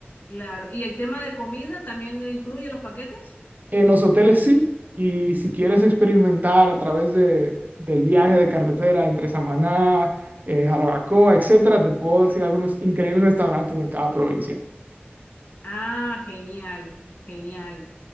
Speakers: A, on the left; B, on the right.
A: claro, y el tema de comida también incluye los paquetes.
B: En los hoteles sí, y si quieres experimentar a través de, del viaje de carretera entre Samaná, eh, Jarabacoa, etcétera, te puedo decir algunos increíbles restaurantes en cada provincia.
A: Ah, genial, genial.